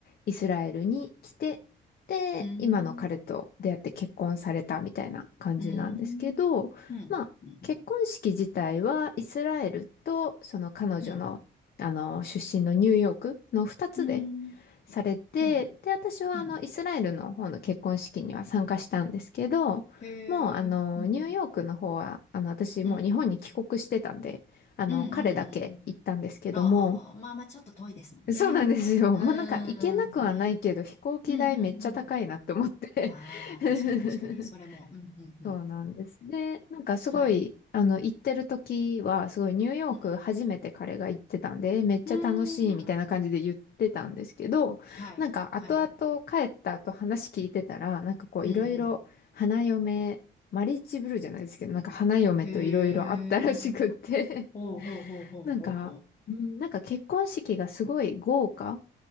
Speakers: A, on the left; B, on the left.
A: イスラエルに来て、で、
B: うん。
A: 今の彼と出会って結婚されたみたいな感じなんですけど、
B: うん。うん。うん。
A: まあ、
B: うん。
A: 結婚式自体はイスラエルとその彼女の、
B: うん。
A: あの、出身のニューヨークの2つで
B: うん。
A: されて、
B: うん。
A: で、私はあの、
B: うん
A: イスラエルの方の結婚式には参加したんですけど、
B: へえ。
A: もうあの、
B: うん。
A: ニューヨークの方は、あの、私もう日本に帰国してたんで、
B: うん。うん。
A: あの、
B: うん。
A: 彼だけ行ったんですけども、
B: うん。あはは。まあまあ、ちょっと遠いですもんね。
A: そうなんですよ。
B: うーん。
A: もうなんか行けなくはないけど、
B: そうね。
A: 飛行機代めっちゃ高いなって思って。
B: うん。うん。うん。ああ、
A: <laughs>
B: 確かに確かに。それも。うん。うん。
A: そうなんです。
B: うん。
A: で、なんかすごい、
B: はい。
A: あの、行ってる時は、すごいニューヨーク初めて彼が行ってたんで、
B: うん。
A: めっちゃ楽しいみたいな感じで言ってたんですけど、
B: うーん。はい。は
A: なんか後々帰った後話聞いてたら、
B: い。
A: なんかこういろいろ花嫁、
B: うんうん。
A: マリッジブルーじゃないですけど、なんか花嫁といろいろあったらしくって、
B: へえ。ほうほうほうほうほうほう。
A: <laughs> なんか、うんなんか結婚式がすごい豪華